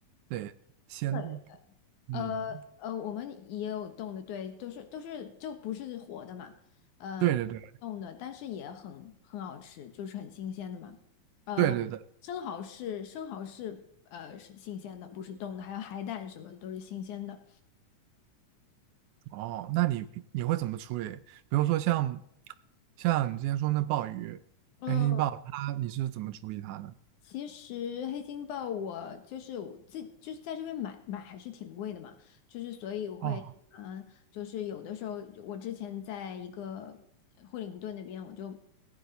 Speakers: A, on the right; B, on the left.
A: 得先
B: 对对对。
A: 嗯，
B: 呃呃，我们也有冻的，对，都是都是就不是活的嘛，呃，
A: 对对对
B: 冻的，但是也很很好吃，就是很新鲜的嘛。呃，
A: 对对对。
B: 生蚝是生蚝是呃是新鲜的，不是冻的，还有海胆什么的都是新鲜的。
A: 哦，那你你会怎么处理？比如说像像你之前说那鲍鱼，
B: 嗯，
A: 它你是怎么处理它呢？
B: 其实黑金豹我就是我自就是在这边买买还是挺贵的嘛，就是所以我会嗯、
A: 哦，
B: 呃就是有的时候我之前在一个惠灵顿那边，我就